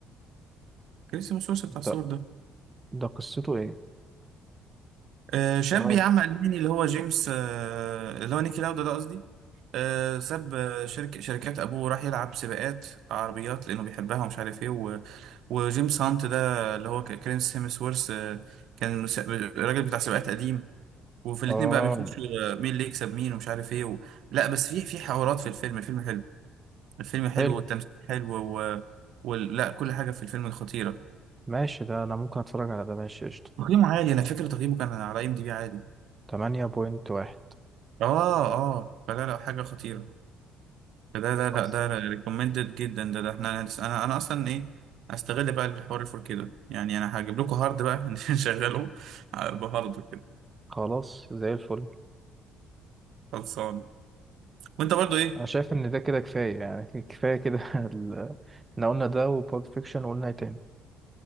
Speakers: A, on the right (about 65°); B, on the right (about 15°).
A: كريس هيمسورث بتاع الصور
B: ده
A: ده
B: ده قصته ايه
A: آه، شاب
B: اه
A: يا عم ألماني اللي هو جيمس آه، اللي هو نيكي لاودا ده قصدي آه، ساب آه، شركة شركات أبوه وراح يلعب سباقات عربيات لأنه بيحبها ومش عارف إيه و... وجيمس هانت ده اللي هو ك- كريس هيمسورث آه، كان مس- الراجل بتاع سباقات قديم وفي الاتنين
B: اه
A: بقى بيخشوا آه، مين اللي يكسب مين ومش عارف إيه و... لا بس في في حوارات في الفيلم الفيلم حلو الفيلم حلو
B: حلو
A: والتمثيل حلو و... وال... لا كل حاجة في الفيلم خطيرة
B: ماشي ده انا ممكن اتفرج على ده ماشي قشطة
A: تقييمه عالي أنا فاكر تقييمه كان على IMDb عالي
B: تمانية بوينت واحد
A: آه آه فلا لا حاجة خطيرة ده ده لا
B: بس
A: ده ريكومندد جدا ده, ده احنا لسه- انا انا اصلا ايه هستغل بقى الحوار الفور كده يعني انا هجيب لكم هارد بقى <laughs> نشغله بهارد كده
B: خلاص زي الفل
A: خلصان وانت برضو ايه
B: انا شايف ان ده كده كفاية يعني <laughs> كفاية كده ال... احنا قلنا ده وبولد فيكشن وقلنا ايه تاني